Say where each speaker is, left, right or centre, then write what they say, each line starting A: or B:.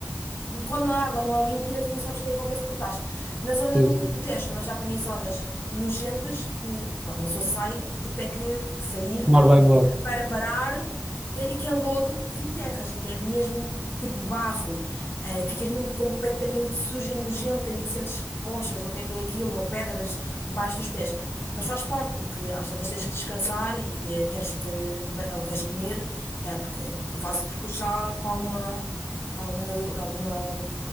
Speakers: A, on the left; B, on the right.
A: quando a água não é límpida, tu não sabes o que é que acontece por trás. Na zona
B: sim,
A: do,
B: sim.
A: do teste, também já apanhei zonas nojentas que, pronto, uma pessoa sai porque tem que sair
B: Tomar banho logo.
A: para parar eh, e que é lodo que te enterras, que é mesmo tipo barro, eh, que ficas mesmo completamente suja e nojenta e sentes conchas ou o que é que é aquilo, ou pedras debaixo dos pés. Mas faz parte, porque às tantas tens que descansar e eh, queres te, ou queres comer, eh, porque fazes percurso já com alguma, alguma, do- alguma